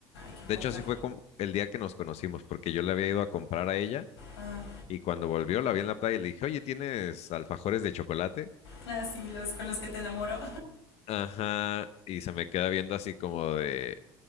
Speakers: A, on the left; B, on the left.
A: qué
B: De
A: poca.
B: hecho, así fue como el día que nos conocimos, porque yo le había ido a comprar a ella
A: Ah,
B: Y cuando volvió, la vi en la playa y le dije, oye, ¿tienes alfajores de chocolate?
A: ah, sí, los con los que te enamoro.
B: Ajá. Y se me queda viendo así como de,